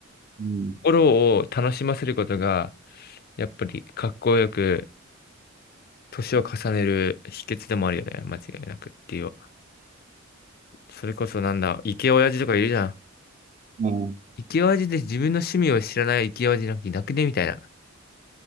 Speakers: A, on the right; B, on the left.
A: うん、
B: 心を楽しませることが、やっぱりかっこよく年を重ねる秘訣でもあるよね。間違いなくっていう。それこそなんだ、イケオヤジとかいるじゃん。
A: うん、
B: イケオヤジで自分の趣味を知らないイケオヤジなんていなくねみたいな。